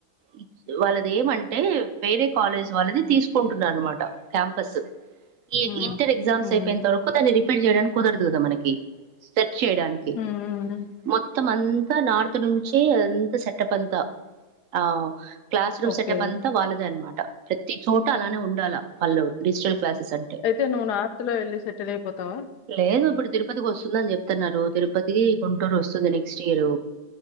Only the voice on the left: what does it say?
ఉమ్
ఉమ్
ఉమ్
ఓకే
అయితే నువ్వు నార్త్ లో వెళ్ళి సెటిల్ అయిపోతావా